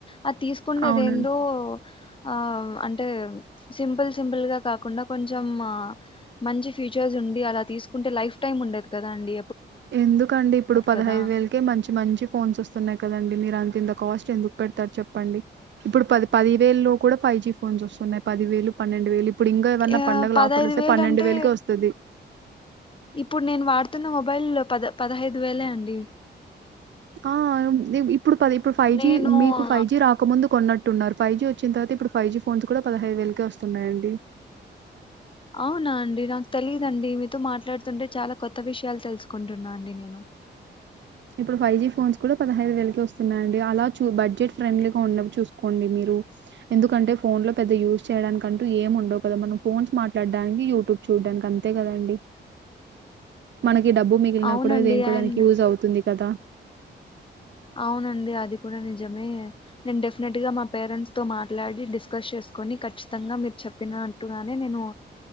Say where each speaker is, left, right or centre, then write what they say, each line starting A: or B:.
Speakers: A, on the left; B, on the right.
A: అది తీసుకుండేదేందో
B: అవునండి
A: ఆ అంటే సింపుల్ సింపుల్ గా కాకుండా కొంచెం మంచి ఫ్యూచర్స్ ఉండి అలా తీసుకుంటే లైఫ్ టైమ్ ఉండదు కదా కదా అండి
B: ఎందుకండి ఇప్పుడు పదహైదు
A: కదా!
B: వేలకే మంచి మంచి ఫోన్స్ వస్తున్నాయి కదండి మీరు అంత ఇంత కాస్ట్ ఎందుకు పెడతారు చెప్పండి ఇప్పుడు పది పది వేలు కూడా ఫైవ్ జీ ఫోన్స్ వస్తున్నాయి పదివేలు పన్నెండు వేలు ఇప్పుడు ఇంకా ఏమన్నా
A: యాహ్!
B: పండగల ఆఫర్లు వస్తే పన్నెండు
A: అంటే
B: వేలకే వస్తుంది
A: ఇప్పుడు నేను వాడుతున్న మొబైల్ లో పద పదహైదు వేలే అండి
B: ఆ ఇప్పుడు పది ఇప్పుడు ఫైవ్
A: నేను
B: జీ మీకు
A: ఆ,
B: ఫైవ్ జీ రాకముందు కొన్నట్టు అన్నారు ఫైవ్ జీ వచ్చిన తర్వాత ఇప్పుడు ఫైవ్ జీ ఫోన్స్ కూడా పదహైదు వేలకే వస్తున్నాయండి
A: అవునా అండి నాకు తెలీదండి మీతో మాట్లా మాట్లాడుతుంటే చాలా కొత్త విషయాలు తెలుసుకుంటున్నా అండి నేను
B: ఇప్పుడు ఫైవ్ జి ఫోన్స్ కూడా పదహైదు వేలకి వస్తున్నాయిండి అలా చ బడ్జెట్ ఫ్రెండ్లీగా ఉన్నప్పుడు చూసుకోండి మీరు ఎందుకంటే ఫోన్ లో పెద్ద యూస్ చేయడానికంటూ ఏం ఉండవు కదా మనం ఫోన్స్ మాట్లాడడానికి యూట్యూబ్ చూడడానికి అంతే కదండి మన డబ్బు మిగిలిన
A: అవునండి.
B: కూడా దేనికో
A: అండ్
B: దానికి యూజ్ అవుతుంది కదా
A: అవునండి అది కూడా నిజమే నేను డెఫినెట్గా మా పేరెంట్స్తో మాట్లాడి డిస్కస్ చేసుకొని ఖచ్చితంగా మీరు చెప్పినట్టుగానే నేను